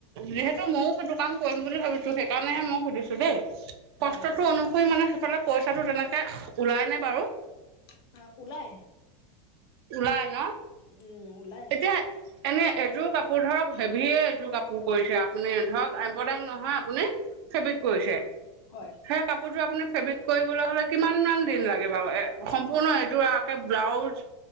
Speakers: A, on the right; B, on the left.
A: যিহেতু ময়ো সেইটো কাম কৰিম বুলি ভাবিছো সেইকাৰণেহে মই সুধিছো দেই।
B: হয়
A: কষ্টটো অনুসৰি মানে সেইফালে। পইচাটো তেনেকে। ওলাইনে বাৰু।
B: হয় ওলাই
A: ওলাই ন।
B: উম ওলাই।
A: এতিয়া এনে এযোৰ কাপোৰ ধৰক হেভিয়ে এযোৰ কাপোৰ কৰিছে আপুনি ধৰক এম্বডাৰী নহয় আপুনি ফেবিক কৰিছে।
B: হয়
A: সেই কাপোৰযোৰ আপুনি ফেব্ৰিক। কৰিবলৈ হ'লে কিমান মান দিন লাগে বাৰু এ সম্পূৰ্ণ এইযোৰ আকে ব্লাউজ